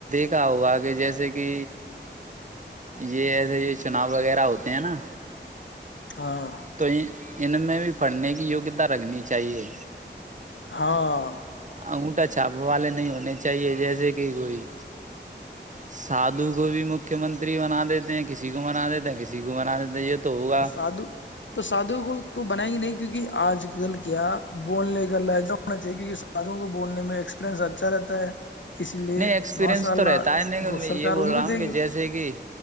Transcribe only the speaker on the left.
ہاں
ہاں
تو سادھو تو سادھو کو تو بنا ہی نہیں کیونکہ آج کل کیا بولنے کا لہجہ ہونا چاہیے کیونکہ ساتھوں کو بولنے میں ایکسپریئنس اچھا رہتا ہے اسی لیے
ماشاء اللہ
گو
سرکار
ان
کو
دے
گی